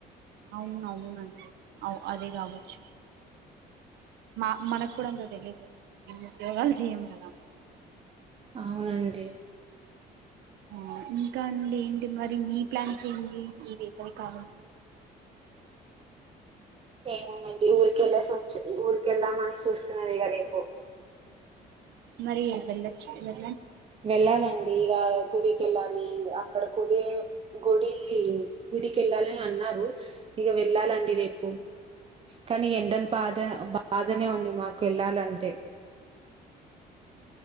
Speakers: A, on the right (about 80°); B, on the right (about 35°).
A: అవును అవునండి అవు అదే కావచ్చు మా మనకు కూడా అంత తెలియదు ఉద్యోగాలు చేయం కదా
B: అవునండి.
A: ఆ ఇంకా అండి ఏంటి మరి మీ ప్లాన్స్ ఏంది ఈ వేసవి కాలం
B: ఏముంది అండి ఊరికి వెళ్లే సొచ్చ ఊరికి వెళ్దాం అని చూస్తున్న నదిగా రేపు
A: మరి వెళ్లొచ్చు కదా
B: వెళ్లాలండి. ఇక గుడికి వెళ్ళాలి. అక్కడ గుడి గుడి గుడికి వెళ్ళాలి అని అన్నారు. ఇక వెళ్ళాలండి రేపు కానీ, ఎండల బాధ బాధనే ఉంది మాకు వెళ్ళాలంటే.